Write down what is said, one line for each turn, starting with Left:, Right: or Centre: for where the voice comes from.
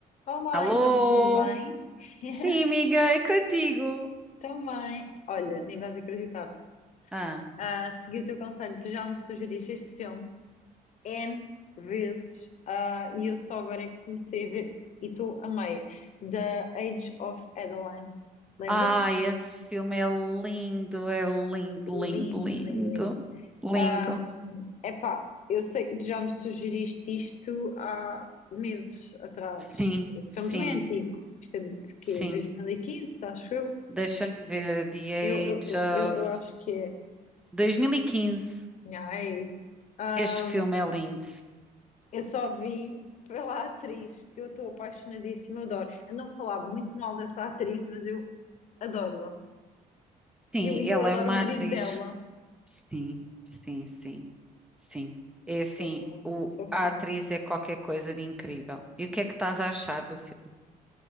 Left: Olá,
Centre: Alô?
Left: então, tudo bem? <laughs>
Centre: Sim, amiga, é contigo.
Left: Também. Olha, nem vais acreditar.
Centre: Ah.
Left: Ah, segui o teu conselho, tu já me sugeriste este filme N vezes ah, e eu só agora é que comecei a ver e tu amei. The Age of Adeline. Lembras-te?
Centre: Ah, esse filme é lindo, é lindo,
Left: Lindo,
Centre: lindo, lindo.
Left: lindo, lindo.
Centre: Lindo.
Left: Ah, epá, eu sei que tu já me sugeriste isto há meses atrás.
Centre: Sim,
Left: Este
Centre: sim,
Left: filme também é antigo. Isto é de quê?
Centre: sim.
Left: 2015, acho eu.
Centre: Deixa-me ver. The Age
Left: Eu, eu,
Centre: of
Left: eu, eu acho que é.
Centre: 2015.
Left: Ah, é isso. Ahm,
Centre: Este filme é lindo.
Left: eu só vi pela atriz, que eu estou apaixonadíssima, eu adoro. A não falar muito mal dessa atriz, mas eu adoro-a.
Centre: Sim,
Left: E eu, eu
Centre: ela
Left: adoro
Centre: é uma
Left: o marido
Centre: atriz.
Left: dela.
Centre: Sim, sim, sim, sim. É assim,
Left: Sou,
Centre: o,
Left: sou
Centre: a
Left: fã.
Centre: atriz é qualquer coisa de incrível. E o que é que estás a achar do filme?